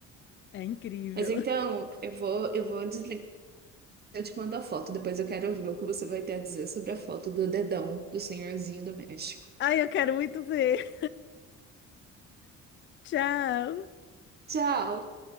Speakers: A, on the left (about 40°); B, on the right (about 35°).
A: É incrível.
B: Mas então, eu vou, eu vou desligar. Eu te mando a foto, depois eu quero ver o que você vai ter a dizer sobre a foto do dedão do senhorzinho do México.
A: Ai, eu quero muito ver. Tchau.
B: Tchau!